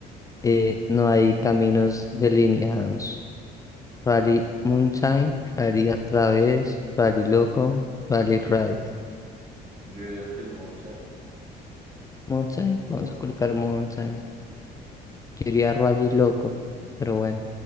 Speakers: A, on the left (about 20°); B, on the right (about 45°).
A: eh, no hay caminos delineados? Rally mountain, Rally a través, Rally loco, Rally ride.
B: yo diría que el Mountain,
A: mountain. vamos
B: ¿o no?
A: a colocar mountain. Yo iría Rally loco, pero bueno,